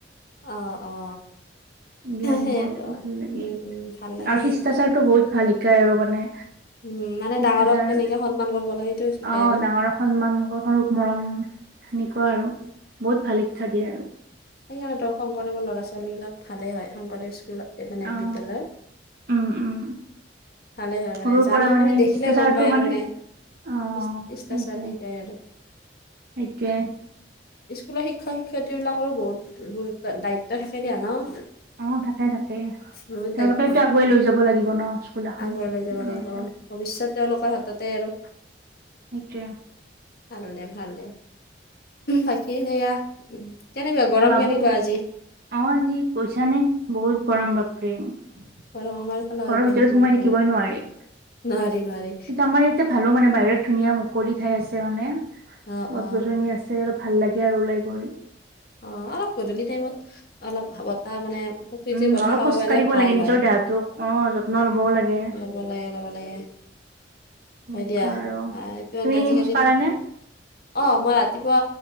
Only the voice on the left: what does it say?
অ অ।
সেইয়েতো
উম, উম, ভাল লাগে
উম, মানে
ডাঙৰক কেনেকে সন্মান কৰিব লাগে সেইটো শিকায়
ন
সেইকাৰণে শংকৰদেৱৰ ল'ৰা ছোৱালী বিলাক ভালে হয় শংকৰদেৱ স্কুল। এ এ মানে
বিদ্যালয়।
ভালে হয়
মানে জানে
মানে দেখিলে
গম পায় আৰু মানে। ইচ
ইচতাছাবি
কে আৰু।
স্কুলৰ শিক্ষক শিক্ষয়িত্ৰী বিলাকৰো বহুত গুৰুত্ব দায়িত্ব থাকে দিয়া ন।
বহুত
দায়িত্ব থাকে।
আগুৱাই লৈ যাব
লাগিব
আৰু ভৱিষ্যত তেওঁলোকৰ হাততে আৰু।
ভাল দে ভাল দে বাকী সেয়া। কেনেকুৱা গৰম
কেনেকুৱা আজি
গৰম আমাৰ ফালে একদম
বহুত
গৰম
নোৱাৰি নোৱাৰি
অ অ
অ অলপ গধূলি টাইমত অলপ বতাহ মানে। প্ৰকৃতিৰ
বতাহ
খাব
পাৰিলে
ভাল
হয়
লব লাগে লব লাগে।
হয় দিয়া
এইটো
আজিকাল
নো
অ মই ৰাতিপুৱা